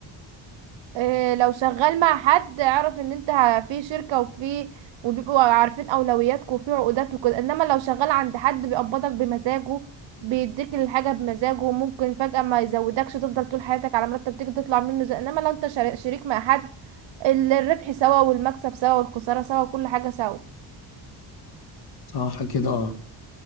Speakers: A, on the right; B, on the left.
A: إيه، لو شغال مع حد اعرف ان انت ه- في شركة وفي وبيبقوا عارفين اولوياتك وفي عقودات وكده انما لو شغال عند حد بيقبضك بمزاجه بيديك الحاجة بمزاجه وممكن فجأة ما يزودكش تفضل طول حياتك على مرتب تيجي تطلع منه زي انما لو انت شر- شريك مع حد ال- الربح سوا والمكسب سوا والخسارة سوا وكل حاجة سوا
B: صح كده اه